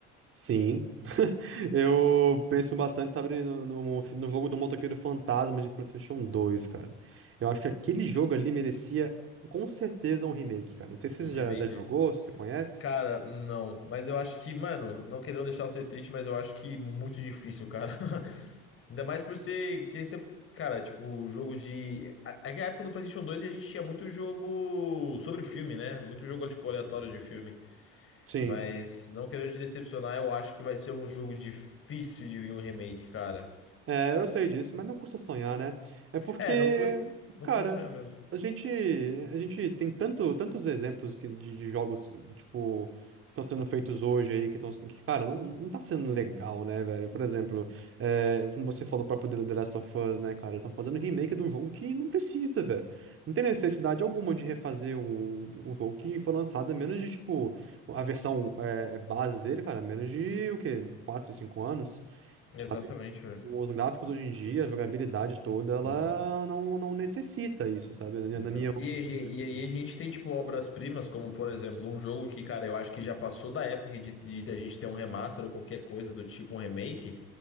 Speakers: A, on the right; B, on the left.
A: sim. <laughs> Eu penso bastante, sabe, no, no, no jogo do Motoqueiro Fantasma de PlayStation 2, cara. Eu acho que aquele jogo ali merecia, com certeza, um remake, cara. Não sei se
B: um
A: você já,
B: remake?
A: já jogou, se você conhece.
B: Cara, não. Mas eu acho que, mano, não querendo deixar você triste, mas eu acho que muito difícil, cara. <laughs> Ainda mais por ser, querer ser, cara, tipo, jogo de. a- Aquela época do PlayStation 2 a gente tinha muito jogo sobre filme, né? Muito jogo, tipo, aleatório de filme.
A: Sim.
B: Mas não querendo te decepcionar, eu acho que vai ser um jogo difícil de vir um remake, cara.
A: É, eu sei disso, mas não custa sonhar, né? É porque,
B: É, não custa, não
A: cara,
B: custa sonhar mesmo.
A: a gente, a gente tem tanto, tantos exemplos que, de, de jogos, tipo, que estão sendo feitos hoje aí, que estão, que, cara, não, não tá sendo legal, né, velho? Por exemplo, é, como você falou, o próprio The The Last of Us, né, cara? Estão fazendo remake de um jogo que não precisa, velho. Não tem necessidade alguma de refazer o, o jogo que foi lançado, a menos de, tipo, a versão é, base dele, cara, a menos de, o quê? quatro, 5 anos?
B: Exatamente,
A: Sabe? Os gráficos hoje em dia, a jogabilidade toda, ela
B: velho.
A: não, não necessita isso, sabe? Na minha
B: Exato.
A: na minha
B: E, a ge-
A: opinião.
B: e aí a gente tem, tipo, obras-primas, como, por exemplo, um jogo que, cara, eu acho que já passou da época de, de a gente ter um remaster ou qualquer coisa do tipo, um remake,